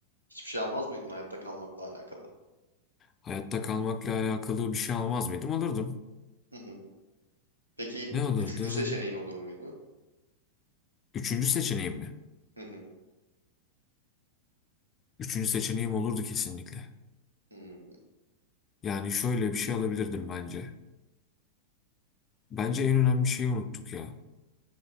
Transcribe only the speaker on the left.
Hayatta kalmakla alakalı bir şey almaz mıydım? Alırdım.
Ne alırdım?
Üçüncü seçeneğim mi?
Üçüncü seçeneğim olurdu kesinlikle.
Yani şöyle bir şey alabilirdim bence. Bence en önemli şeyi unuttuk ya.